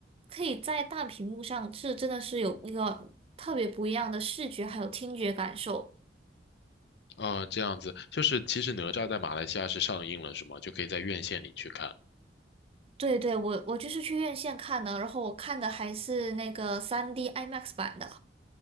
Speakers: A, on the right (about 30°); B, on the left (about 65°).
A: 可以在大屏幕上，这真的是有一个特别不一样的视觉还有听觉感受。
B: 啊、这样子，就是其实哪吒在马来西亚是上映了，是吗？就可以在院线里去看。
A: 对对，我我就是去院线看的，然后我看的还是那个三 d IMAX 版的，